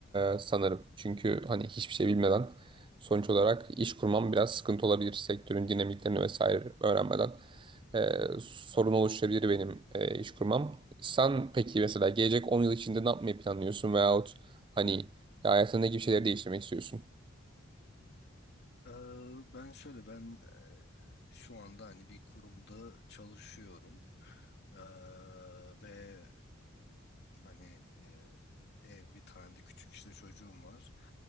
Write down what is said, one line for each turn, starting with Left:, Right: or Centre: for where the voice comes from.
Right: e, sanırım. Çünkü hani hiçbir şey bilmeden sonuç olarak iş kurmam biraz sıkıntı olabilir sektörün dinamiklerini vesaire öğrenmeden. Ee, sorun oluşturabilir benim e, iş kurmam. Sen peki mesela gelecek 10 yıl içinde ne yapmayı planlıyorsun veyahut hani hayatında ne gibi şeyleri değiştirmek istiyorsun?
Left: Ee, ben şöyle ben e, şu anda hani bir kurumda çalışıyorum Ee, ve hani e, ev bir tane de küçük işte çocuğum var.